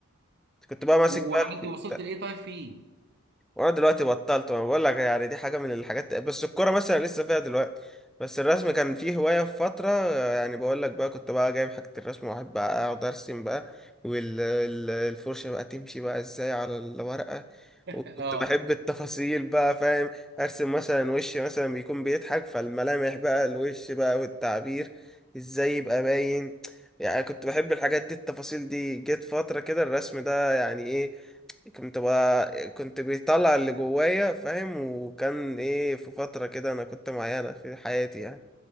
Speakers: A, in the centre; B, on the right.
A: كنت بقى ماسك
B: و- وعملت
A: بقى ال-
B: وصلت لإيه طيب فيه؟
A: وانا دلوقتي بطلت ما بقول لك يعني دي حاجه من الحاجات بس الكوره مثلا لسه فيها دلوقتي بس الرسم كان فيه هوايه في فتره يعني بقول لك بقى كنت بقى جايب حاجه الرسم واحب بقى اقعد ارسم بقى والفرشه بقى تمشي بقى ازاي على الورقه
B: <laughs>
A: وكنت
B: أه
A: بحب التفاصيل بقى فاهم ارسم مثلا وش مثلا بيكون بيضحك فالملامح بقى الوش بقى والتعبير ازاي يبقى باين يعني كنت بحب الحاجات دي التفاصيل دي جت فترة كده الرسم ده يعني ايه كنت بقى كنت بيطلع اللي جوايا فاهم وكان ايه في فترة كده انا كنت معينة في حياتي يعني